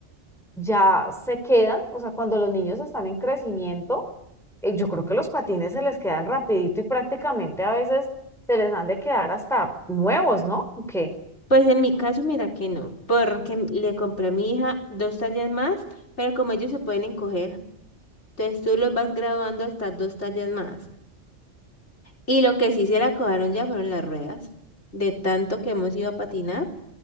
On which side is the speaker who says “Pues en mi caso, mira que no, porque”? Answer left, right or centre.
Left